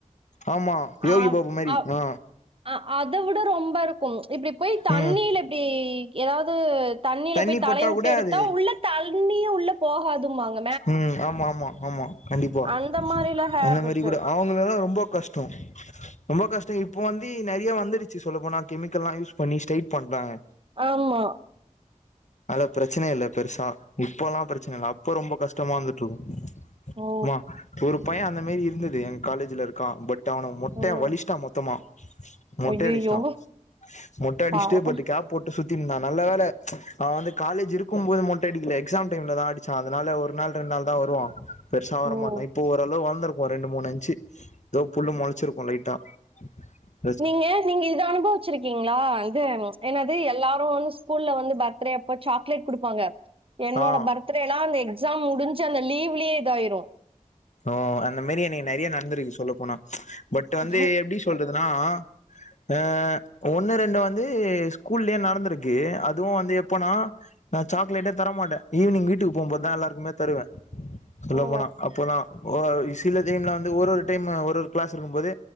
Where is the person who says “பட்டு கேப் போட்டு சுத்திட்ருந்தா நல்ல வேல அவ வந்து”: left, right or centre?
Left